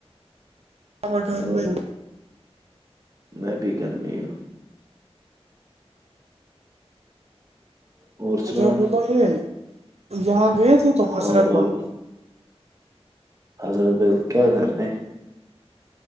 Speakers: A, on the right (about 75°); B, on the right (about 30°).
A: ہم گھر
B: اور
A: میں-
B: میں بھی گھرمی ہوں- ہوں اور
A: مجھے
B: سناؤ
A: بولو یہ یہاں گئے تھے تم
B: ہاں
A: حضرت
B: بولو
A: بل-
B: حضرت بل کیا کر رہے ہیں-